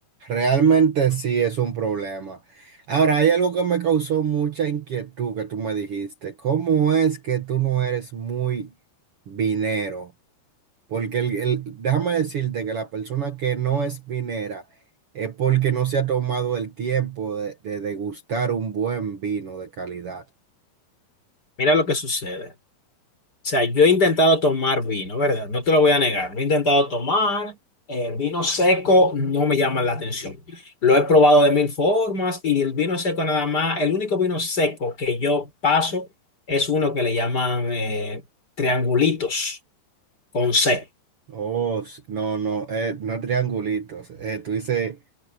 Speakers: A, on the right (about 80°); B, on the left (about 20°).
A: Realmente sí es un problema. Ahora, hay algo que me causó mucha inquietud que tú me dijiste. ¿Cómo es que tú no eres muy vinero? Porque el, el- déjame decirte que la persona que no es vinera es porque no se ha tomado el tiempo de, de degustar un buen vino de calidad.
B: Mira lo que sucede. O sea, yo he intentado tomar vino, ¿verdad? No te lo voy a negar. Lo he intentado tomar, eh, vino seco no me llama la atención. Lo he probado de mil formas y el vino seco nada más, el único vino seco que yo paso es uno que le llaman eh, triangulitos con C.
A: Oh, s- no, no, eh, no triangulitos. Eh, tú dices,